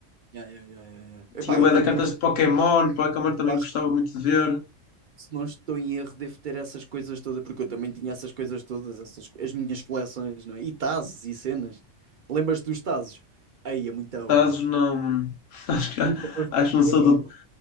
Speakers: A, on the right; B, on the left.
A: Yeah, yeah, yeah, yeah, yeah. Epá,
B: Tinha bué
A: eu também
B: de cartas
A: não
B: de Pokémon, Pokémon também
A: Eu acho
B: gostava
A: que,
B: muito de ver.
A: se não estou em erro, devo ter essas coisas todas, porque eu também tinha essas coisas todas, essas, as minhas coleções, não é? E tazos e cenas. Lembras-te dos tazos? Aí é muito bom.
B: Tazos não, mano. <laughs> Acho que,
A: Nunca foste-
B: acho que não sou
A: Eu, pá,
B: do,
A: eu-